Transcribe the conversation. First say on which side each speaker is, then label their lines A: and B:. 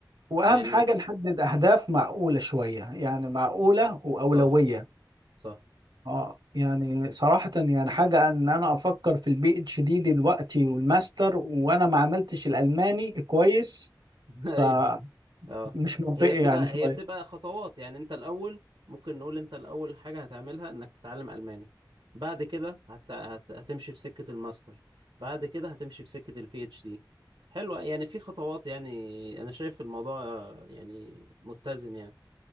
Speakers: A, on the right (about 65°); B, on the right (about 85°).
A: واهم
B: يعني
A: حاجة نحدد اهداف معقولة شوية يعني معقولة واولوية
B: صح صح
A: اه يعني صراحة يعني حاجة ان انا افكر في البي اتش دي دلوقتي والماستر وانا ما عملتش الالماني كويس
B: <laughs> ايوه
A: فمش
B: اه
A: منطقي
B: هي بتبقى
A: يعني شوية
B: هي بتبقى خطوات يعني انت الاول ممكن نقول انت الاول حاجه هتعملها انك تتعلم الماني بعد كده هت... هت... هتمشي في سكه الماستر بعد كده هتمشي في سكه البي اتش دي حلوه يعني في خطوات يعني انا شايف الموضوع يعني متزن يعني